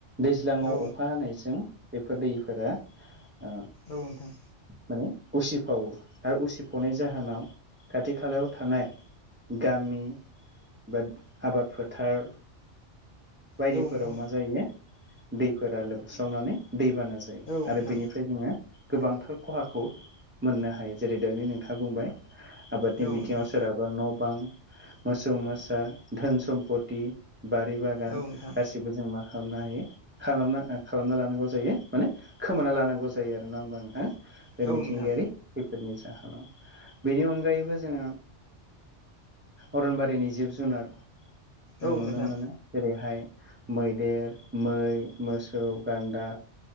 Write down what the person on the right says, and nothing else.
दैज्लाङाव
अखा हानायजों बेफोर दैफोरा ओ
माने उसिफावो आरो उसिफावनाय जाहोनाव खाथि खालायाव थानाय गामि बा आबाद फोथार बायदिफोराव
मा जायो दैफोरा लोमस्रावनानै दैबाना जायो
आरो बेनिफ्राय जोङो गोबांथार खहाखौ मोननो हायो जेरै दानि नोंथाङा बुंबाय आबादनि
बिथिङाव सोरहा बा न' बां मोसौ मोसा धोन सम्पथि बारि बागान
गाबसिबो जों मा खालामनो हायो खालामना खालामना लानांगौ जायो माने खोमाना लानांगौ जायो आरो नङा होमबा नोंथां। बे
मिथिंगायारि
खैफोदनि जाहोनाव बेनि अनगायैबो जोङो अरनबारिनि जिब जुनार जों
नुनो
मोनो। बेहाय मैदेर मै मोसौ गान्दा